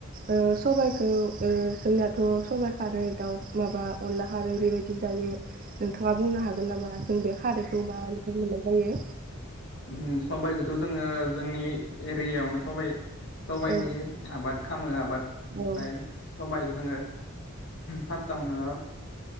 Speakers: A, on the right (about 40°); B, on the left (about 55°).
A: ओ सबाइखौ ओ जोंनिथ' सबाइ खारै दाउ माबा अनला खारै बेबाय जायो नोंथानो बुंनो हागोन नामा? जों बे खारैखौ मानिफ्राय मोननाय जायो।
B: ओ सबाइखौथ' जोङो जोंनि एरियायावनो सबाइ सबायाइनि
A: औ
B: आबाद खामो आबाद ओमफाय
A: औ
B: सबाइखो जोङो फार्स्टआवनो